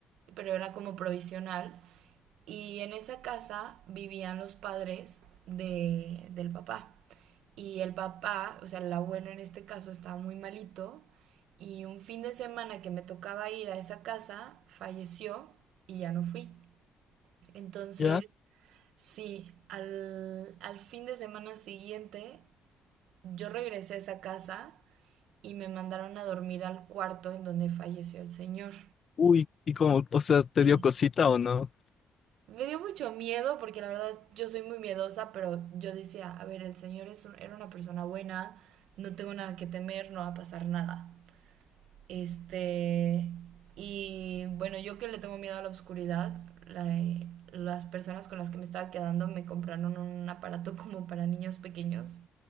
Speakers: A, on the right; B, on the left.
A: pero era como provisional. Y en esa casa vivían los padres de, del papá. Y el papá, o sea, el abuelo en este caso, estaba muy malito. Y un fin de semana que me tocaba ir a esa casa, falleció y ya no fui. Entonces,
B: ¿ya?
A: sí, al, al fin de semana siguiente, yo regresé a esa casa y me mandaron a dormir al cuarto en donde falleció el señor.
B: Uy, y como, o sea, ¿te
A: Sí.
B: dio cosita o no?
A: Me dio mucho miedo porque la verdad yo soy muy miedosa, pero yo decía, a ver, el señor es un- era una persona buena, no tengo nada que temer, no va a pasar nada. Este, y bueno, yo que le tengo miedo a la oscuridad, la- las personas con las que me estaba quedando me compraron un aparato <laughs> como para niños pequeños.